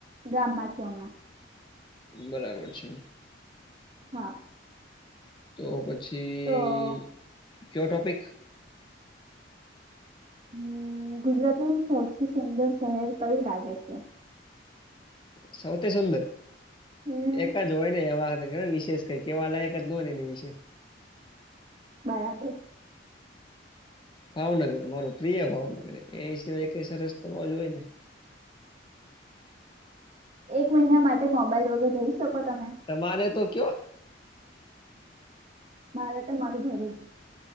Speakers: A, on the right; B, on the left.
A: ગામમાં છું હમણાં
B: બરાબર છે.
A: હા
B: તો પછી
A: તો હમ,
B: કયો ટોપિક
A: હમ્મ ગુજરાતનું સૌથી સુંદર શહેર કયું લાગે છે.
B: સૌથી સુંદર
A: હમ
B: એક જ હોય નને એમાં વિશેષ કઈ કેવાલાયક જ નો હોય એની વિશે
A: બરાબર
B: ભાવનગર, મારું પ્રિય ભાવનગર એિય ક સર રસ્તામાં જોય ને
A: એક મહિના માટે મોબાઈલ વગર રહી શકો તમે
B: તમારે તો કયો
A: મારે તો મારું ઘર જ